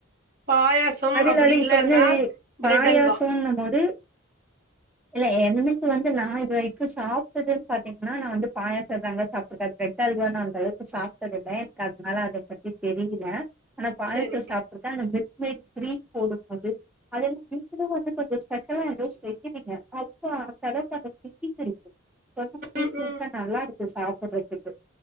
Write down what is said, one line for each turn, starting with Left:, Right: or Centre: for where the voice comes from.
Right: பாயாசம்
Centre: அது
Right: அப்டி
Centre: இல்லாத
Right: இல்லன்னா
Centre: இப்பவந்து
Right: பிரெட்
Centre: பாயாசோன்னு
Right: அல்வா
Centre: போது இல்ல என்னைக்கு வந்து நா இது வரிக்குன் சாப்ட்டதுன் பாத்தீங்கன்னா நான் வந்து பாயாசோதாங்க சாப் இப்ப ப்ரெட் அல்வானாங் தோழி சாப்ட்டது இல்ல எனக்கு அதனால அத பத்தி தெரியில ஆனா பாயசம்
Right: செரி
Centre: சாப் ட்ருக்கேன் அந்த மீல்க் மேய்டு ஸ்வீட் போடும் போது அதெல்லாம் நீங்களும் வந்து கொஞ்சோ ஸ்பெஷலா ஏதோ செஞ்சிறீங்க அதான் அப்ப அடுத்தடவை அந்த தித்திப்பு இருக்குன் ரொம்ப ஸ்வீட்னஸ்ஸா
Right: ம் ம்
Centre: நல்லா இருக்கு சாப்புட்றதுக்கு